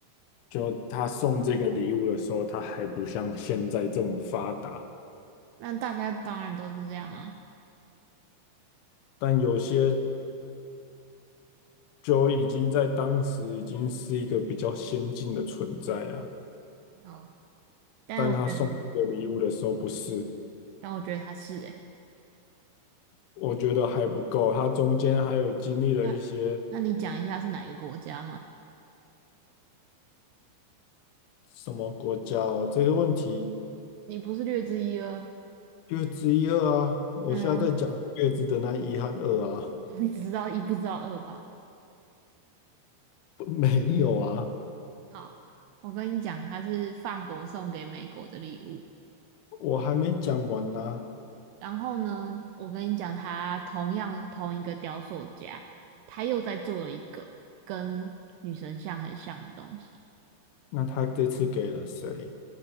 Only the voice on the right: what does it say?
那大家当然都是这样啊。
哦，但我觉得，
但我觉得他是诶、
那那你讲一下是哪一个国家嘛？
你不是略知一二，
嗯，<laughs> 你只知道一不知道二吧？
好，我跟你讲，它是法国送给美国的礼物。
然后呢，我跟你讲，他同样同一个雕塑家，他又在做了一个跟女神像很像的东西，